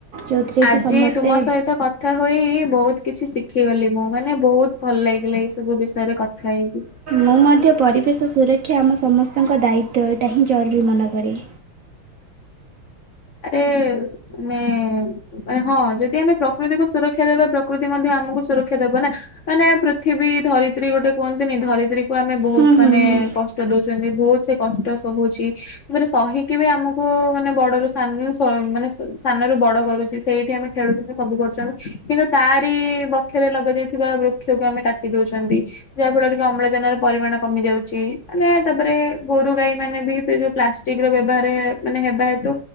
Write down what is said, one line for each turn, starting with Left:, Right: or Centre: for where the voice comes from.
Right: ଯୋଉଥିରେ
Left: ଆଜି
Right: କି ସମସ୍ତେ
Left: ତୁମ ସହିତ କଥା ହୋଇ ବହୁତ୍ କିଛି ଶିଖିଗଲି ମୁଁ ମାନେ ବହୁତ୍ ଭଲ ଲାଗିଲା ଏଇ ସବୁ ବିଷୟରେ କଥା ହେଇକି।
Right: ମୁଁ ମଧ୍ୟ ପରିବେଶ ସୁରକ୍ଷା ଆମ ସମସ୍ତଙ୍କ ଦାୟିତ୍ୱ ଏଇଟା ହିଁ ଜରୁରୀ ମନକରେ।
Left: ଆରେ <unintelligible> <unintelligible> ହଁ ଯଦି ଆମେ ପ୍ରକୃତିକୁ ସୁରକ୍ଷା ଦେବା ପ୍ରକୃତି ମଧ୍ୟ ଆମକୁ ସୁରକ୍ଷା ଦେବ ନା। ମାନେ ପୃଥିବୀ ଧରିତ୍ରୀ ଗୋଟେ କୁହନ୍ତିନି ଧରିତ୍ରୀ କୁ ଆମେ ବହୁତ୍
Right: ହୁଁ ହୁଁ
Left: ମାନେ
Right: ହୁଁ
Left: କସ୍ ଷ୍ଟ ଦଉଛନ୍ତି ବହୁତ୍ ସେ କଷ୍ଟ ସହୁଛି ତାପରେ ସହିକି ବି ଆମକୁ ମାନେ ବଡରୁ <unintelligible> ମାନେ ସାନରୁ ବଡ କରୁଚି ସେଇଠି ଆମେ ଖେଳୁଚନ୍ତି ସବୁ କରୁଚନ୍ତି କିନ୍ତୁ ତାରି ବ <unintelligible> ଲଗାଯାଇଥିବା ବୃକ୍ଷକୁ ଆମେ କାଟିଦଉଚନ୍ତି। ଯାହା ଫଳରେ କି ଅମ୍ଳଜାନ ର ପରିମାଣ କମି ଯାଉଚି, ମାନେ ତାପରେ ଗୋରୁ ଗାଈ ମାନେ ବି ସେ ଯୋଉ ପ୍ଲା ଠିକ୍ ର ବ୍ୟବହାର ମାନେ ହେବା ହେତୁ